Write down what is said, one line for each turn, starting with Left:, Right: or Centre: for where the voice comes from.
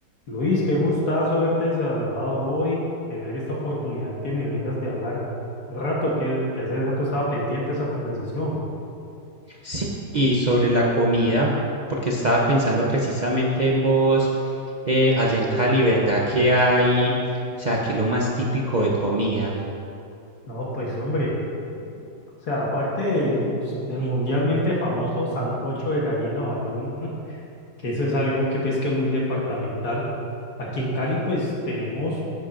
Left: Luis, qué gustazo haberte saludado hoy, tener esta oportunidad que me brindas de hablar un rato, que, que hace rato estaba pendiente esa conversación.
Right: Sí, y sobre la comida, porque estaba pensando precisamente en vos, eh, allá en Cali, ¿verdad que hay, o sea, qué es lo más típico de comida?
Left: No, pues hombre, o sea, aparte del, mu- del mundialmente famoso sancocho de gallina o ayuno, <laughs> que eso es algo que pues que muy departamental. Aquí en Cali pues tenemos